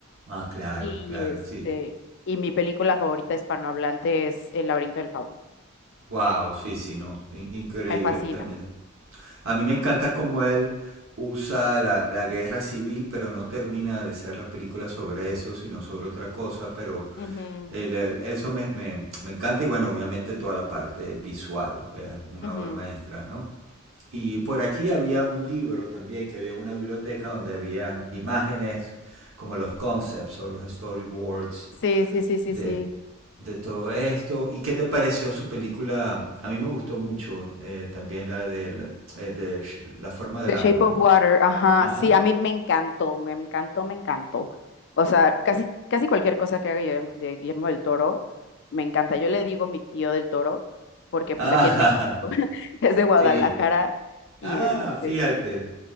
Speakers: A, on the right; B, on the left.
A: Ah, claro,
B: Y
A: claro,
B: este,
A: sí.
B: y mi película favorita hispanohablante es El laberinto del fauno.
A: Wow, sí, sí, no. in- increíble,
B: Me fascina.
A: tremendo. A mí me encanta cómo él usa la, la guerra civil, pero no termina de ser la película sobre eso, sino sobre otra cosa, pero
B: Ujú,
A: El- el- eso me, me- me encanta y bueno, obviamente toda la parte visual, eh, una
B: ujú.
A: obra maestra, ¿no? Y por aquí había un libro también, que había una biblioteca donde había imágenes como los concepts o los storyboards
B: Sí, sí, sí, sí,
A: de,
B: sí.
A: de todo esto. ¿Y qué te pareció su película? A mí me gustó mucho eh, también la del, eh, de La forma del
B: The
A: agua,
B: Shape
A: ¿no?
B: of Water, ajá.
A: Ajá.
B: Sí, a mí me encantó, me encantó, me encantó. O sea, casi, casi cualquier cosa que haga Guillermo, de Guillermo del Toro, me encanta. Yo le digo mi tío del Toro, porque
A: ajá
B: pues aquí en México <laughs> es
A: <laughs>
B: de Guadalajara
A: sí.
B: y
A: Ah,
B: este,
A: fíjate.